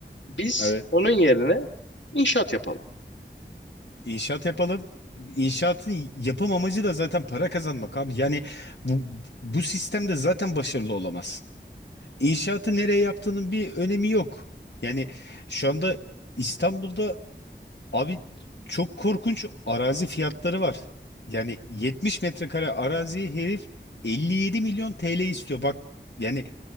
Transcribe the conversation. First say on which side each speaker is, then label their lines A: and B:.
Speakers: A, on the left (about 80°); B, on the left (about 70°).
A: Biz
B: evet.
A: onun yerine inşaat yapalım.
B: İnşaat yapalım. İnşaatın yapım amacı da zaten para kazanmak abi. Yani bu, bu sistemde zaten başarılı olamazsın. İnşaatı nereye yaptığının bir önemi yok. Yani şu anda İstanbul'da abi çok korkunç arazi fiyatları var. Yani 70 metrekare araziyi herif 57 milyon TL istiyor. Bak yani